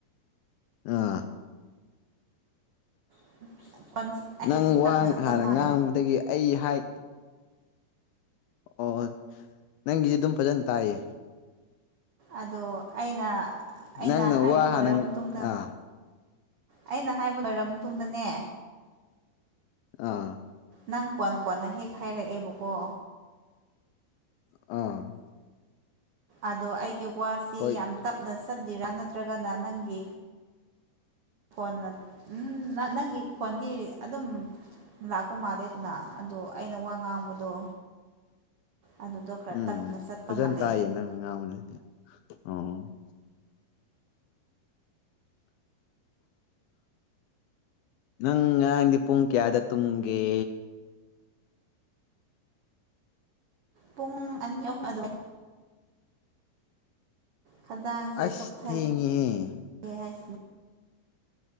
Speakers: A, on the left; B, on the right.
A: ꯑꯥ
B: <unintelligible>
A: ꯅꯪ ꯋꯥ
B: ꯇꯞꯅ ꯆꯠꯂ
A: ꯍꯥꯟꯅ
B: ꯃꯥꯜꯂꯦ
A: ꯉꯥꯡꯕꯗꯒꯤ ꯑꯩ ꯍꯥꯏ ꯑꯣ ꯅꯪꯒꯤ ꯑꯗꯨꯝ ꯐꯖꯟ ꯇꯥꯏꯌꯦ
B: ꯑꯗꯣ ꯑꯩꯅ ꯑꯩꯅ
A: ꯅꯪꯅ
B: ꯍꯥꯏꯕ
A: ꯋꯥ
B: ꯂꯣꯏꯔ
A: ꯍꯥꯟꯅ
B: ꯃꯇꯨꯡꯗ
A: ꯑꯥ
B: ꯑꯩꯅ ꯍꯥꯏꯕ ꯂꯣꯏꯔ ꯃꯇꯨꯡꯗꯅꯦ
A: ꯑꯥ
B: ꯅꯪ ꯀꯣꯟ ꯀꯣꯟꯅ ꯍꯦꯛ ꯍꯥꯏꯔꯛꯑꯦꯕꯀꯣ
A: ꯑ
B: ꯑꯗꯣ ꯑꯩꯒꯤ ꯋꯥꯁꯤ
A: ꯍꯣꯏ
B: ꯌꯥꯝ ꯇꯞꯅ ꯆꯠꯂꯤꯔꯥ ꯅꯠꯇ꯭ꯔꯒꯅ ꯅꯪꯒꯤ ꯈꯣꯟꯅ ꯎꯝ ꯅꯪꯒꯤ ꯈꯣꯟꯒꯤ ꯑꯗꯨꯝ ꯂꯥꯛꯄ ꯃꯥꯜꯂꯦꯗꯅ ꯑꯗꯣ ꯑꯩꯅ ꯋꯥ ꯉꯥꯡꯕꯗꯣ ꯑꯗꯨꯗꯣ ꯈꯔ
A: ꯎꯝ
B: ꯇꯞꯅ ꯆꯠꯄ
A: ꯐꯖꯅ
B: ꯃꯥꯜꯂꯦ
A: ꯇꯥꯏꯌꯦ ꯅꯪꯅ ꯉꯥꯡꯕꯗ ꯑꯣ <inaudible> ꯅꯪ ꯉꯔꯥꯡꯗꯤ ꯄꯨꯡ ꯀꯌꯥꯗ ꯇꯨꯝꯒꯦ
B: ꯄꯨꯡ ꯑꯅꯤ ꯑꯍꯨꯝ <inaudible> ꯈꯗꯥꯡꯁꯦ
A: ꯑꯁ
B: ꯆꯣꯛꯊꯩ
A: ꯊꯦꯡꯉꯦꯍꯦ
B: ꯌꯦ ꯍꯥꯏꯁꯤꯅꯤ